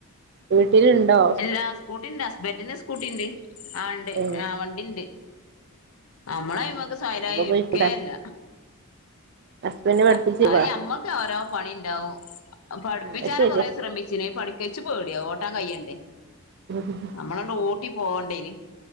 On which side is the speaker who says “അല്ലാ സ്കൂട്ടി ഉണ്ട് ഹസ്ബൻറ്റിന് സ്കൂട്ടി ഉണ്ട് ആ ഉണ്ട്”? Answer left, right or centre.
Left